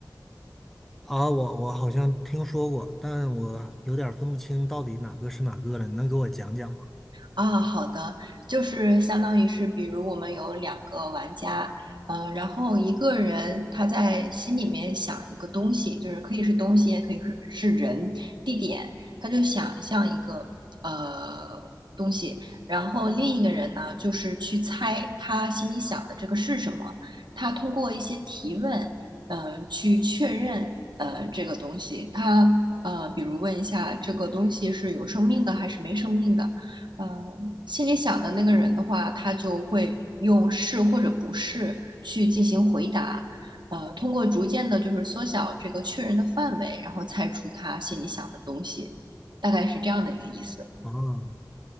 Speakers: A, in the centre; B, on the right.
A: 啊，我我好像听说过，但我有点儿分不清到底哪个是哪个了，你能给我讲讲吗？
B: 啊，好的，就是相当于是，比如我们有两个玩家，嗯，然后一个人他在心里面想一个东西，就是可以是东西，也可以是是人、地点，他就想象一个呃东西，然后另一个人呢，就是去猜他心里想的这个是什么，他通过一些提问，嗯、去确认呃这个东西，他呃，比如问一下这个东西是有生命的还是没生命的。呃，心里想的那个人的话，他就会用是或者不是去进行回答，呃，通过逐渐的就是缩小这个确认的范围，然后猜出他心里想的东西，大概是这样的一个意思。
A: 啊。